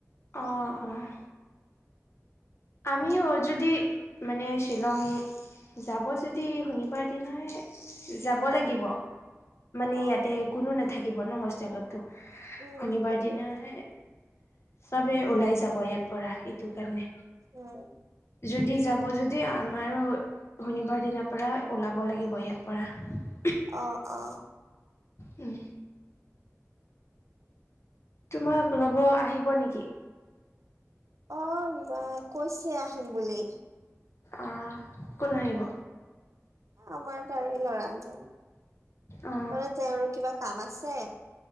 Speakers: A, on the left; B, on the right.
A: অ', অ'। আমিও যদি মানে শ্বিলং যাব যদি শনিবাৰ দিনাই যাব লাগিব। মানে
B: অ
A: ইয়াতে কোনো নাথাকিব ন হোষ্টেলতো,
B: উম
A: শনিবাৰ
B: সেইটো
A: দিনা এ চবে ওলাই যাব ইয়াৰ পৰা এইটো কাৰণে,
B: উম
A: যদি যাব যদি আমাৰো শনিবাৰ দিনাৰ পৰা ওলাব লাগিব ইয়াৰ পৰা।
B: অ', অ'।
A: উম। তোমাক ল'ব আহিব নিকি।
B: অ', ম কৈছে আহিম বুলি।
A: অ', কোন আহিব।
B: আমাৰ তাৰে ল'ৰা এজন।
A: অ
B: ক'লে তেওঁৰো কিবা কাম আছে,